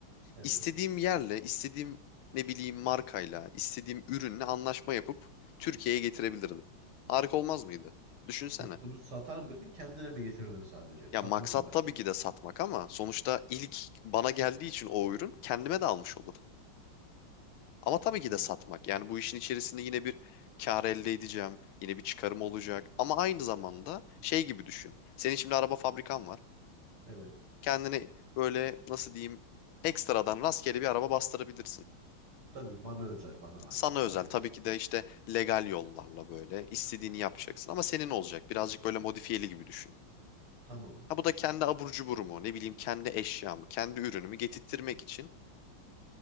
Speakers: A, on the right (about 85°); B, on the left (about 80°).
A: evet.
B: istediğim yerle, istediğim ne bileyim markayla, istediğim ürünle anlaşma yapıp Türkiye'ye getirebilirdim. Harika olmaz mıydı? Düşünsene.
A: Peki bunu satar mıydın? Kendine mi getirdin sadece?
B: Ya
A: Satmak
B: maksat
A: amaçlı
B: tabii
A: mı?
B: ki de satmak ama sonuçta ilk bana geldiği için o ürün kendime de almış olurdum. Ama tabii ki
A: Hmm.
B: de satmak. Yani bu işin içerisinde yine bir kar elde edeceğim. Yine bir çıkarım olacak. Ama aynı zamanda şey gibi düşün. Senin şimdi araba fabrikan var.
A: Evet.
B: kendini böyle nasıl diyeyim ekstradan rastgele bir araba bastırabilirsin.
A: Tabii bana özel, bana ait
B: Sana
A: sadece.
B: özel tabii ki de işte legal yollarla böyle istediğini yapacaksın ama senin olacak. Birazcık böyle modifiyeli gibi düşün.
A: Tamam.
B: Ha bu da kendi abur cuburumu, ne bileyim kendi eşyamı, kendi ürünümü getirtmek için